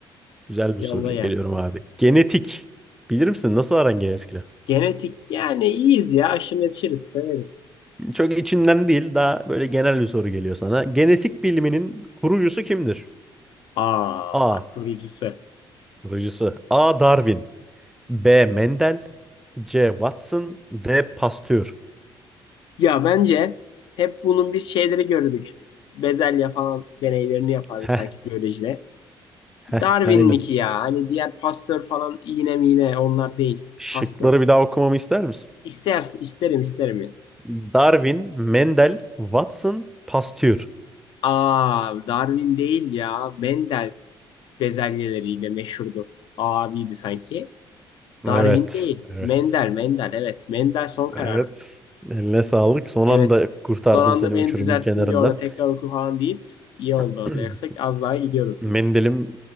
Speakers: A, in the centre; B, on the left.
A: Güzel bir
B: Yolla
A: soruyla
B: gelsin.
A: geliyorum abi. Genetik. Bilir misin? Nasıl aran genetikle?
B: Genetik yani iyiyiz ya. Aşırı neşiriz severiz.
A: Çok içinden değil. Daha böyle genel bir soru geliyor sana. Genetik biliminin kurucusu kimdir?
B: Aa
A: A.
B: kurucusu.
A: Kurucusu. A. Darwin. B. Mendel. C. Watson. D. Pasteur.
B: Ya bence hep bunun biz şeyleri gördük. Bezelye falan deneylerini yapardık
A: Heh.
B: sanki biyolojide.
A: Heh.
B: Darwin
A: Aynen.
B: mi ki ya? Hani diğer Pasteur falan iğne miğne onlar değil.
A: Şıkları
B: Pasteur.
A: bir daha okumamı ister misin?
B: İster, isterim isterim. ya.
A: Darwin, Mendel, Watson, Pasteur.
B: Aa Darwin değil ya. Mendel bezelyeleriyle meşhurdu. Abiydi sanki. Darwin
A: Evet.
B: değil.
A: Evet.
B: Mendel, Mendel evet. Mendel son kararı.
A: Evet. Eline sağlık. Son
B: Evet.
A: anda kurtardım
B: Son anda
A: seni
B: beni
A: uçurumun
B: düzelttin
A: kenarından.
B: bir orada tekrar oku falan deyip iyi oldu
A: <clears throat>
B: orada. Yoksa az daha gidiyordum.
A: Mendelim